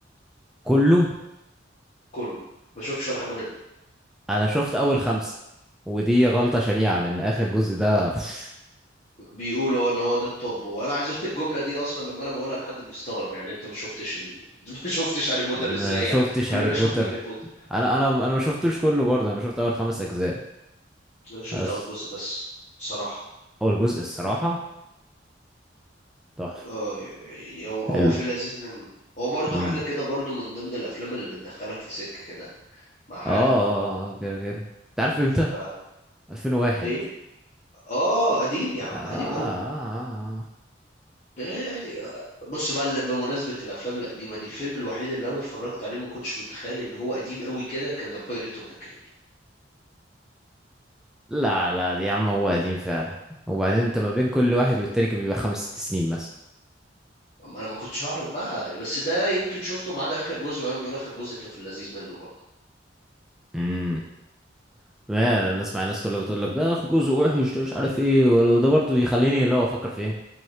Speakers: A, in the centre; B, on the left.
A: كله
B: كله ما شفتش ولا حاجة منه
A: انا شفت اول خمسة ودي غلطة شنيعة لان اخر جزء ده بوش،
B: بيقولوا اه ان هو ده التوب وانا عايز اقول الجمله دي اصلا لما انا بقولها لحد بيستغرب يعني انت ما شفتش ال... <laughs> ما شفتش هاري بوتر
A: ما
B: ازاي
A: شفتش
B: يعني كلنا
A: هاري بوتر
B: شفنا هاري بوتر
A: انا انا انا ما شفتوش كله برضه انا شفت اول خمس اجزاء
B: انا شفت
A: بس
B: اول جزء بس بصراحه
A: اول جزء الصراحة تحفة
B: اه يعني هو
A: حلو
B: هو في اللذيذ منه هو برضو
A: امم
B: حاجه كده برضو من ضمن الافلام اللي بتدخلك في سكه كده مع حالك
A: اه آه، آه، كده كده انت عارف امتى
B: ف
A: 2001
B: ايه اه قديم يا
A: آه
B: عم
A: آه آه.
B: قديم قوي
A: آه، آه.
B: يعني آه، بص بقى اللي بمناسبة الأفلام القديمة دي الفيلم الوحيد اللي أنا اتفرجت عليه ما كنتش متخيل إن هو قديم قوي كده كان ذا بايريت أوف ذا كاريبيان
A: لا لا دي يا عم هو قديم فعلا وبعدين انت ما بين كل واحد والتاني كان بيبقى خمس ست سنين مثلا
B: ما انا ما كنتش اعرف بقى بس ده يمكن شفته ما عدا اخر جزء ما بيقول اخر جزء كان في اللذيذ منه برضه
A: امم ما انا اسمع الناس كلها بتقول لك ده اخر جزء وحش ده مش عارف ايه ولو ده برضو يخليني اللي هو افكر في ايه